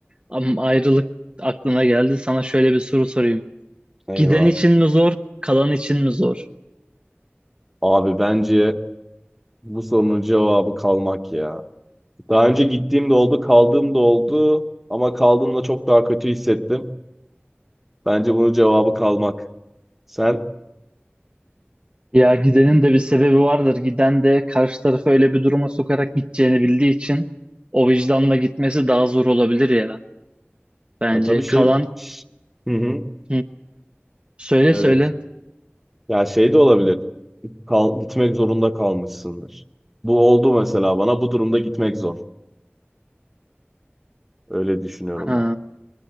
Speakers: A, on the right; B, in the centre.
A: am- ayrılık aklına geldi. Sana şöyle bir soru sorayım.
B: Eyvah.
A: Giden için mi zor, kalan için mi zor?
B: Abi bence bu sorunun cevabı kalmak ya. Daha önce gittiğim de oldu, kaldığım da oldu ama kaldığımda çok daha kötü hissettim. Bence bunun cevabı kalmak. Sen
A: Ya gidenin de bir sebebi vardır. Giden de karşı tarafı öyle bir duruma sokarak gideceğini bildiği için o vicdanla gitmesi daha zor olabilir ya bence.
B: ya tabii şey
A: Kalan
B: Ş- Hı hı.
A: Hı. söyle
B: Evet.
A: söyle.
B: Ya şey de olabilir. Kal, gitmek zorunda kalmışsındır. Bu oldu mesela bana. Bu durumda gitmek zor. Öyle düşünüyorum
A: Ha,
B: ben.